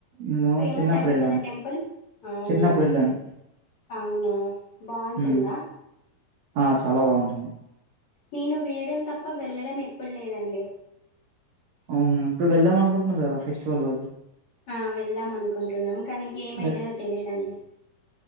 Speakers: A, on the right (about 65°); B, on the left (about 45°).
A: నేను
B: ఫేమస్
A: చిన్నప్పుడు
B: అంటారు
A: వెళ్ళాను
B: కదా టెంపుల్ అవునా
A: చిన్నప్పుడు వెళ్ళాను
B: అవునా బాగుంటుందా
A: హ్మ్ ఆ చాలా బాగుంటుంది
B: నేను వినడం తప్ప వెళ్ళడం ఎప్పుడు లేదండి
A: అవ్ను ఇప్పుడు వెళ్దాం అనుకుంటున్నారు కదా ఫెస్టివల్ రోజు
B: ఆ వెళ్దాం అనుకుంటున్నాం కానీ ఏమైతుందో
A: వె
B: తెలిదండి